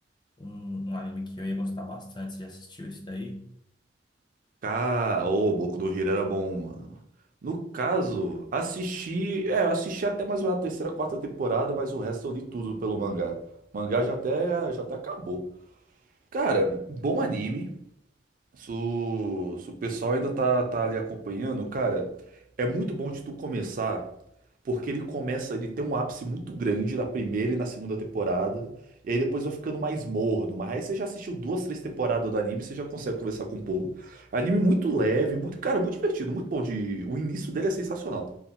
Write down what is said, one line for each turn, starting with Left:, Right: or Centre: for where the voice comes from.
Left: um, um anime que eu ia gostar bastante. Você já assistiu isso daí?
Right: Ca... Ô, Boku no Hero era bom, mano. No caso, assisti. É, eu assisti até mais ou menos a terceira, quarta temporada, mas o resto eu li tudo pelo mangá. O mangá já até, já até acabou. Cara, bom anime. Se o, se o pessoal ainda tá, tá ali acompanhando, cara, é muito bom de tu começar. Porque ele começa, ele tem um ápice muito grande na primeira e na segunda temporada, e aí depois vai ficando mais morno. Mas aí você já assistiu duas, três temporadas do anime, você já consegue conversar com o povo. Anime muito leve, muito, cara, muito divertido, muito bom de, o início dele é sensacional.